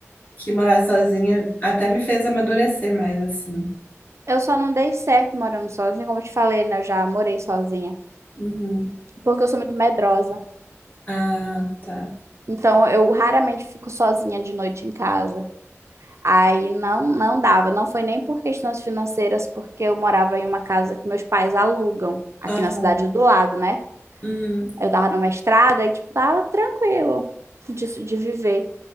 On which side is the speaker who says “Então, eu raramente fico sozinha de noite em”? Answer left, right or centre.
Right